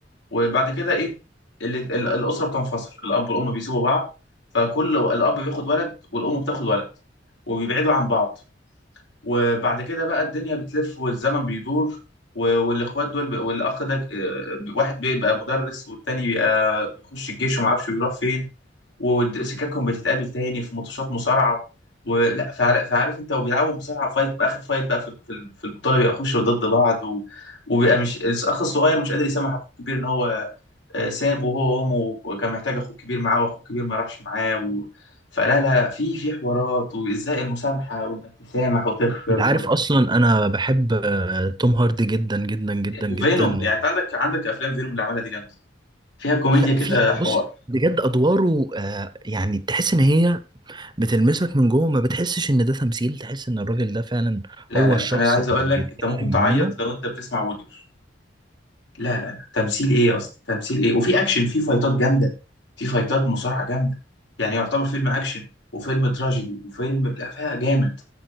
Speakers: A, on the left; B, on the right.
A: وبعد كده إيه؟ اللي ال- الأسرة بتنفصل الأب والأم بيسيبوا بعض فكل الأب بياخد ولد والأم بتاخد ولد وبيبعدوا عن بعض وبعد كده بقى الدنيا بتلف والزمن بيدور و- والإخوات دول ب- والأخ ده آه، واحد بيبقى مدرس والتاني بيبقى بيخش الجيش وما اعرفش بيروح فين وسكاكهم بتتقابل تاني في ماتشات مصارعه ولا فعار- فعارف انت وبيلعبوا مصارعه فايت اخر فايت بقى في في في البطوله بيبقى يخشوا ضد بعض و... وبيبقى مش الاخ الصغير مش قادر يسامح اخوه الكبير ان هو آه، سابه هو وامه وكان محتاج اخوه الكبير معاه واخوه الكبير ما راحش معاه و... فلا لا في في حوارات وازاي المسامحه وانك تسامح وتغفر
B: انت عارف
A: و...
B: اصلا انا بحب آه، توم هاردي جدا جدا جدا
A: وفينوم
B: جدا
A: يعني
B: و...
A: انت عندك عندك افلام فينوم اللي عملها دي جامده فيها كوميديا
B: لا
A: كده
B: في
A: حوار
B: بص بجد ادواره آه، يعني تحس ان هي بتلمسك من جوه ما بتحسش ان ده تمثيل تحس ان الراجل ده فعلا
A: لا
B: هو
A: لا لا
B: الشخص
A: انا عايز
B: اللي
A: اقول لك
B: بيتكلم
A: انت ممكن تعيط
B: عنه
A: لو انت بتسمع وورير لا لا لا تمثيل ايه اصلا تمثيل ايه وفي اكشن في فايتات جامده في فايتات مصارعه جامده يعني يعتبر فيلم اكشن وفيلم تراجيدي وفيلم لا فيها جامد